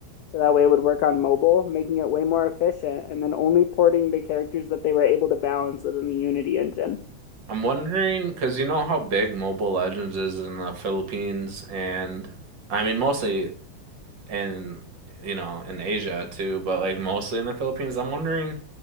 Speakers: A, on the left; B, on the right.
A: so that way it would work on mobile, making it way more efficient, and then only porting the characters that they were able to balance within the Unity engine.
B: I'm wondering because you know how big Mobile Legends is in the Philippines and I mean mostly in you know in Asia too, but like mostly in the Philippines. I'm wondering